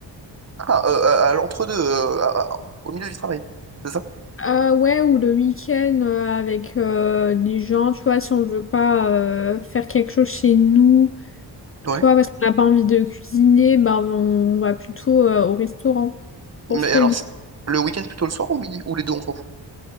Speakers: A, on the right (about 35°); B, on the left (about 30°).
A: Ah, euh, à, à l'entre-deux, euh, à- à- au milieu du travail, c'est ça?
B: Euh, ouais, ou le week-end euh, avec euh, des gens, tu vois, si on veut pas euh, faire quelque chose chez nous,
A: Ouais.
B: tu vois, parce qu'on n'a pas envie de cuisiner, ben on va plutôt euh, au restaurant
A: Mais
B: pour se réunir.
A: alors, c'est- le week-end plutôt le soir ou midi? Ou les deux, on s'en fout.